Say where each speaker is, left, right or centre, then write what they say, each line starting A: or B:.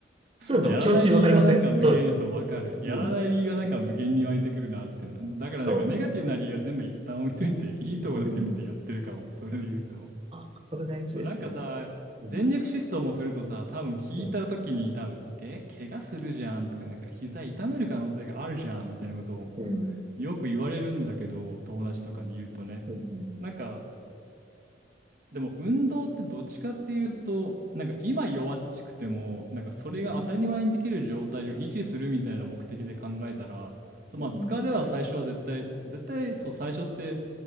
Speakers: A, on the right (about 30°); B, on the right (about 50°).
A: そういうのでも気持ちわかりませんどうですか
B: やらない理由がなんか無限にそうわかる。やらない理由がなんか無限に湧いてくるなってな。
A: うん。
B: だからなんかネガティブな理由は全部一旦置いといて、
A: そ
B: いいとこだけ見てやってるかも。
A: う。うん。
B: それで言うと。
A: ああ、それ大事ですね。
B: そうなんかさ、
A: うん。
B: 全力疾走もするとさ、多分聞いた時に多分、
A: うん。
B: え、怪我するじゃんとか、なんか膝痛める可能性があるじゃんみたいなことを
A: うん。
B: よく言われるんだけど、友達とかに言うとね。
A: うん。
B: なんかでも運動ってどっちかっていうと、なんか今弱っちくても、なんかそれが当たり前にできる状態を維持するみたいな目的で考えたら、
A: うん。
B: そうまあ疲れは最初は絶対、
A: うん
B: 絶対そう最初って